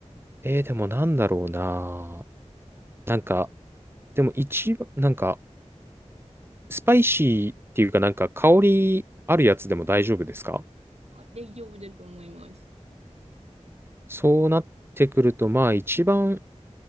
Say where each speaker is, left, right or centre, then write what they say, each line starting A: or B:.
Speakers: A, on the right; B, on the right.
A: えー、でもなんだろうな。なんか、でも一番、なんか、スパイシーっていうかなんか香りあるやつでも大丈夫ですか
B: あ、大丈夫だと思います。
A: そうなってくると、まあ一番、